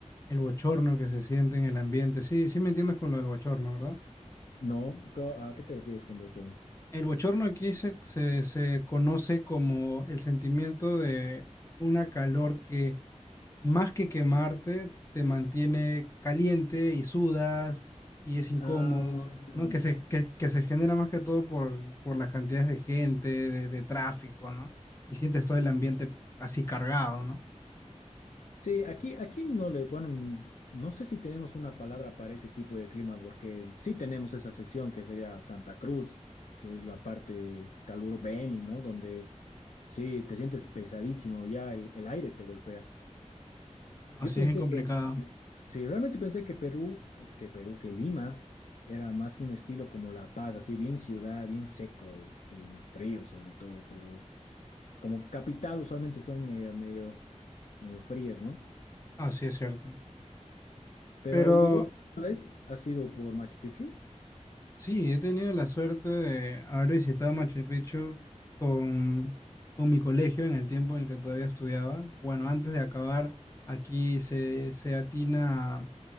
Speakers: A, on the left; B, on the left.
A: el bochorno que se siente en el ambiente. Sí, sí me entiendes con lo del bochorno, ¿verdad?
B: no. Co- ¿A qué te refieres con bochorno?
A: El bochorno aquí se, se, se conoce como el sentimiento de una calor que más que quemarte, te mantiene caliente y sudas y es incómodo,
B: Ah,
A: ¿no? Que se,
B: ya, ya.
A: que, que se genera más que todo por, por las cantidades de gente, de, de tráfico, ¿no? Y sientes todo el ambiente así cargado, ¿no?
B: Sí, aquí, aquí no le, bueno, n- no sé si tenemos una palabra para ese tipo de clima, porque el- sí tenemos esa sección que sería Santa Cruz, que es la parte caluro Beni, ¿no? Donde Sí, te sientes pesadísimo, ya el, el aire te golpea.
A: Así
B: Yo pensé
A: es bien complicado.
B: que, yo- sí, realmente pensé que Perú, que Perú, que Lima era más un estilo como La Paz, así bien ciudad, bien seco eh, y frío sobre todo, pero como capital usualmente son medio, medio, medio frías, ¿no?
A: Así es cierto.
B: Pero
A: Pero
B: ¿y vos una vez has ido por Machu Picchu?
A: Sí, he tenido la suerte de haber visitado Machu Picchu con, con mi colegio en el tiempo en el que todavía estudiaba. Bueno, antes de acabar, aquí se, se atina a,